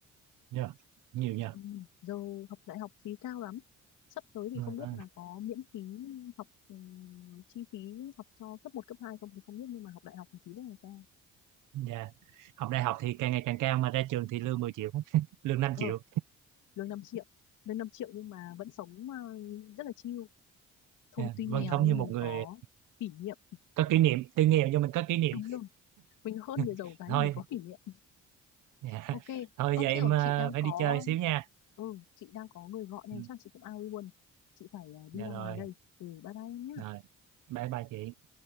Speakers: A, on the right; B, on the left.
A: Dạ. nhiều nhờ
B: ừ. giờ học đại học phí cao lắm sắp tới thì
A: Ừ.
B: không biết
A: ừ.
B: là có miễn phí học ừ, chi phí học cho cấp một cấp 2 không thì không biết nhưng mà học đại học thì phí rất là cao
A: Dạ. Học đại học thì càng ngày càng cao mà ra trường thì lương 10 triệu, <laughs> lương năm
B: ờ
A: triệu.
B: lương năm triệu lương 5 triệu nhưng mà vẫn sống ờ, rất là chill thôi
A: Dạ.
B: tuy
A: Vâng,
B: nghèo
A: sống
B: nhưng
A: như một
B: mình
A: người
B: có kỷ niệm
A: có kỷ niệm, tuy nghèo nhưng mình có kỷ niệm.
B: đúng rồi mình hơn
A: <laughs>
B: người giàu cái
A: Thôi,
B: là mình có kỷ niệm
A: dạ.
B: ok
A: Thôi
B: ơ
A: giờ em
B: chứ rồi
A: ờ,
B: chị đang
A: phải
B: có
A: đi chơi xíu nha.
B: ừ chị đang có người gọi nên
A: Ừ,
B: chắc chị cũng ao luôn chị phải à, đi
A: Dạ
B: ra
A: rồi,
B: ngoài đây ừ bye bye em nhá
A: rồi. Bye bye chị.